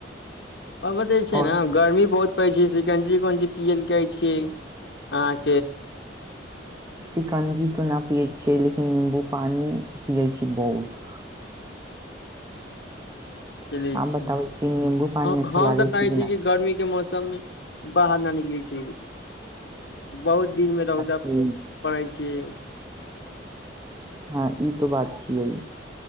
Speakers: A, on the left; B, on the right.
A: आबते छै
B: और
A: ने गर्मी बहुत कहै छी सिकंजी कौन चीज पिय ल कहै छियै आं
B: शिकंजी तऽ नहि पियए छ लेकिन नीम्बू पानी पियै छी बहुत
A: <inaudible> चलै
B: आब
A: छी
B: बताबै निम्बू पानी
A: हम
B: अच्छा
A: अं
B: लागे
A: तऽ कहै
B: छै
A: छी
B: ना
A: कि गर्मी के मौसम सबमे बाहर न निकल छै बहुत दिनमे रौदा
B: छियै
A: पड़ै छियै
B: हँ ई तऽ बात छियै